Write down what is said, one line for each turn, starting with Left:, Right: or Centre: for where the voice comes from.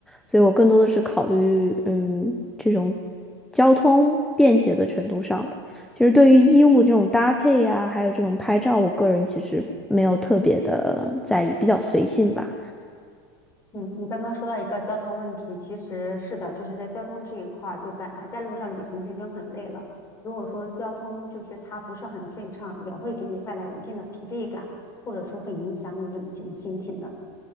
Centre: 所以我更多的是考虑，嗯，这种交通便捷的程度上的。其实对于衣物这种搭配呀、还有这种拍照，我个人其实没有特别的在意，比较随性吧。
Left: 嗯，你刚刚说到一个交通问题，其实是的，就是在交通这一块儿，就本来在路上旅行就已经很累了，如果说交通就是它不是很顺畅，也会给你带来一定的疲惫感，或者说会影响你旅行心情的。